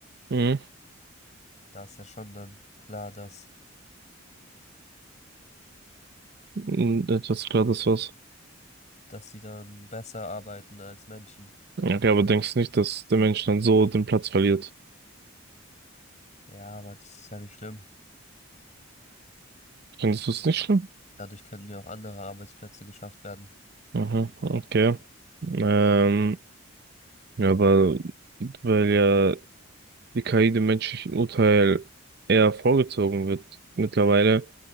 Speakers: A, on the right (about 50°); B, on the left (about 35°).
A: Mhm.
B: Da ist ja schon dann klar, dass,
A: Und etwas klar, das war's.
B: dass sie dann besser arbeiten als Menschen.
A: Okay, aber denkst nicht, dass der Mensch dann so den Platz verliert?
B: Ja, aber das ist ja nicht schlimm.
A: Findest du es nicht schlimm?
B: Dadurch könnten ja auch andere Arbeitsplätze geschafft werden.
A: Aha, okay. Ähm, ja, aber weil ja die KI dem menschlichen Urteil eher vorgezogen wird. Mittlerweile